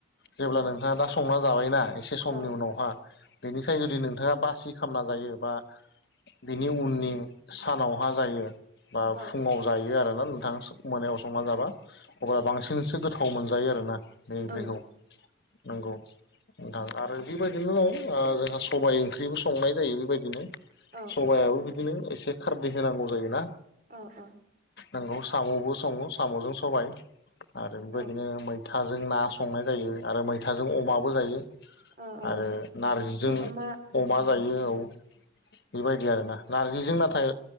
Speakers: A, on the left (about 55°); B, on the right (about 45°).
A: जेब्ला नोंथाङा दा संना जाबायना एसे समनि
B: औ
A: उनावहा बेनिफ्राय जुदि नों नोंथाङा बासि खालामामना जायो बा बिनि उननि सानावहा जायो बा
B: औ
A: फुङाव जायो आरो ना गोथां मोनायाव संना जाबा अब्ला बांसिनसो गोथाव मोनजायो आरो ना बे ओंख्रिखौ
B: औ
A: नंगौ नोंथां आरो बेबायदिनो दं जोंहा सबायाइ ओंख्रिबो संनाय जायो बेबायदिनो
B: औ
A: सबायआबो
B: औ थारैनो
A: बिदिनो एसे खारदै होनांगौ जायोना
B: औ औ
A: नंगौ साम'बो सङो साम'जों सबाय आरो बेबायदिनो
B: औ
A: मैथाजों ना संनाय जायो आरो मैथाजों अमाबो जायो
B: औ औ
A: आरो नारजिजों
B: अमा
A: अमा
B: औ
A: जायो औ बेबायदि आरोना नारजिजों
B: ओ
A: नाथाय